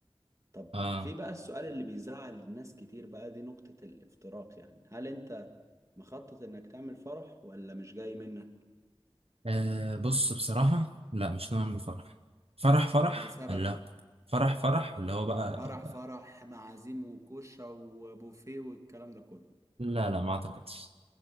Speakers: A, on the right (about 30°); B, on the right (about 75°).
A: طب
B: اه,
A: في بقى السؤال اللي بيزعل الناس كتير بقى دي نقطه الافتراق يعني هل انت مخطط انك تعمل فرح ولا مش جاي منك
B: آه بص بصراحة لا مش نوع من الفرح فرح فرح
A: بسبب
B: لا فرح فرح اللي هو بقى
A: فرح فرح معازيم وكوشة وبوفيه والكلام ده كله
B: لا لا ما اعتقدش